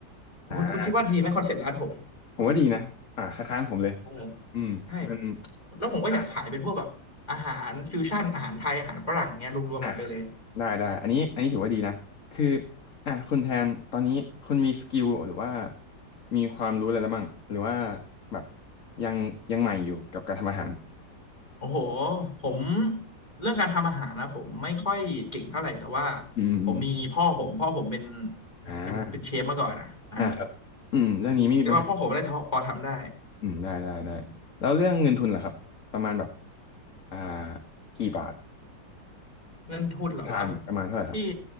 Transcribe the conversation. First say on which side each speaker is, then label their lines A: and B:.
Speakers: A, on the left; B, on the left.
A: อ่า
B: คุณคุณคิดว่าดีไหมคอนเซปต์ร้านผม
A: ผมว่าดีนะอ่าคล้ายๆผมเลย
B: เออ
A: อืมมัน
B: ใช่แล้วผมก็อยากขายเป็นพวกแบบอาหารฟิวชั่นอาหารไทยอาหารฝรั่งเงี้ยรวมๆกันไปเลย
A: อ่าอ่าครับได้ได้อันนี้อันนี้ถือว่าดีนะคืออ่าคุณแทนตอนนี้คุณมีสกิลหรือว่ามีความรู้อะไรแล้วบ้างหรือว่าแบบยังยังใหม่อยู่กับการทำอาหาร
B: โอ้โหผมเรื่องการทำอาหารนะผมไม่ค่อยเก่งเท่าไหร่แต่ว่า
A: อืมอืมอม
B: ผมมีพ่อผมพ่อผมเป็น
A: อ่า
B: เป็นเป็นเชฟมาก่อนอ่ะอ่า
A: อ่าครับอืมเรื่องนี้ไม่มีปัญหา
B: คิดว่าพ่อผมน่าจะพอพอทำได้
A: อืมได้ได้ได้แล้วเรื่องเงินทุนล่ะครับประมาณแบบอ่ากี่บาท
B: เงินทุนเหรอ
A: ประมาณประมาณเท่าไหร่ครับ
B: ที่